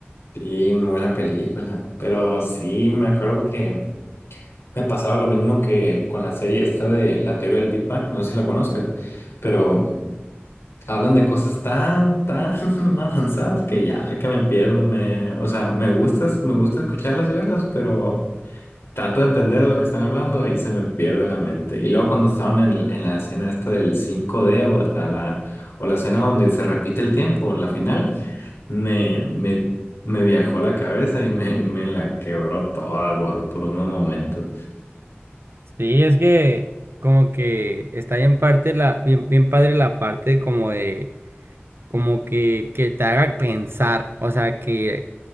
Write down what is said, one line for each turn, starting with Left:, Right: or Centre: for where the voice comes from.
Left: Sí, muy buena película, pero sí, me acuerdo que Me pasaba lo mismo que con la serie esta de la teoría del Big Bang, no sé si la conozcas, pero hablan de cosas tan, tan <laughs> avanzadas que ya, ay, que me pierdo, me, o sea, me gusta, me gusta escucharlas y verlas, pero trato de entender lo que están hablando y se me pierde la mente. Y luego cuando estaban en, el- en la escena esta del cinco d o la, la, o la escena donde se repite el tiempo en la final, me, me, me viajó la cabeza y me, me la quebró toda por, por unos momentos.
Right: Sí, es que como que está bien parte la, bien, bien padre la parte como de como que, que te haga pensar, o sea, que,